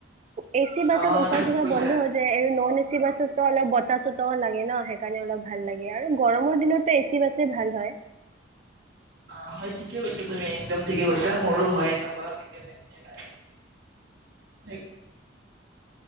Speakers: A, on the right (about 35°); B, on the right (about 60°).
A: এচি বাছত
B: অ
A: উশাহ‌
B: ঠিক
A: চুশাহ
B: কৈছা
A: বন্ধ হৈ যায় আৰু নন এচি এচি বাছতো অলপ বতাহ চতাহো লাগে ন সেইকাৰণে অলপ ভাল লাগে আৰু গৰমৰ দিনতো এচি বাছেই ভাল হয়।
B: অ হয় ঠিকে কৈছা তুমি একদম ঠিকে কৈছা মোৰো হয় এনেকুৱা কেতিয়াবা-কেতিয়াবা। <unintelligible>